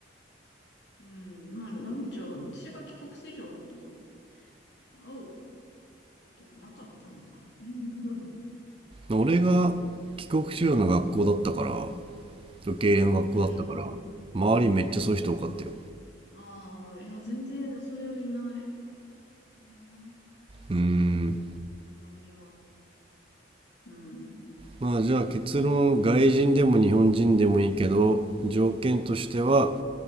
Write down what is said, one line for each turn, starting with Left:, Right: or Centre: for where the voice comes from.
Left: うん、な、なんじゃ、私が帰国子女と会うことがなかったのか。うん。
Right: 俺が帰国子女の学校だったから、受け入れの学校だったから、
Left: うん。
Right: 周りめっちゃそういう人多かったよ。
Left: ああ、いや、全然それはいないか、いないな。私
Right: うーん。
Left: の周りは。うん。
Right: まあじゃあ結論、外人でも日本人でもいいけど、条件としては、